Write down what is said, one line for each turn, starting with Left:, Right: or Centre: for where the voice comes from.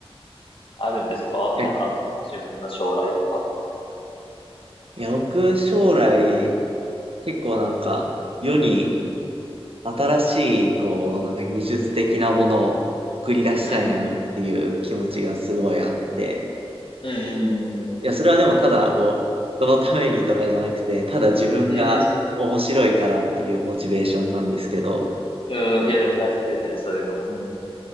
Left: あるんですかなんか、
Right: え
Left: その自分の将来とか。
Right: いや、僕、将来、結構なんか、世に新しい、こう、なんか技術的なものを繰り出したいなっていう気持ちがすごいあって。
Left: うん。うんうん。うんうんうんうん。
Right: いや、それはでもただ、こう、そのためにとかじゃなくて、ただ自分が面白いからっていうモチベーションなんですけど、
Left: うんうん。うんいや、でも大切ですね、そういうのも。うん。